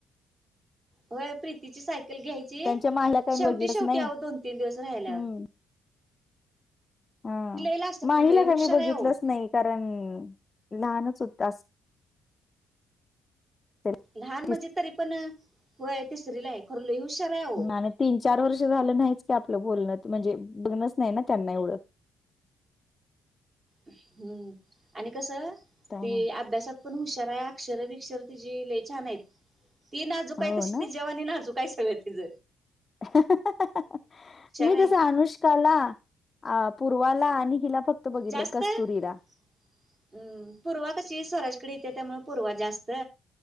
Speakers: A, on the right; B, on the left.
A: वय प्रीतीची सायकल घ्यायची
B: त्यांच्या माहिला काय
A: शेवटी
B: मी बघितलंच
A: शेवटी
B: नाही
A: आव दोन तीन दिवस राहायल्या.
B: हम्म हा
A: लाजत्या
B: माहीला
A: खरं लई हुशार
B: काय मी बघितलंच
A: आहे अहो
B: नाही कारण लहानच होत अस असेल
A: लहान म्हणजे तरी पण होय तिसरी ला आहे खर ल हुशार आहेह
B: आणि तीन चार वर्ष झालं नाहीच की आपलं बोलण म्हणजे बघणच नाही ना त्यांना एवढं
A: हम्म आणि कस
B: त्यामुळे
A: ती अभ्यासात पण हुशारा या अक्षर बिक्षर तिझी लले छान आहेत. ती नाजुक हाय
B: हो
A: तस
B: ना
A: तिच्या वानी नाजूक हाय सगळं तिच
B: <unintelligible> मी
A: आहे
B: कस आनुष कला पूर्वाला आणि हिला फक्त बघितलंय
A: जास्त,
B: कस्तुरीला
A: <inaudible> हम् पूर्वा कशी स्वराजकडे येते त्यामुळे पूर्वा जास्त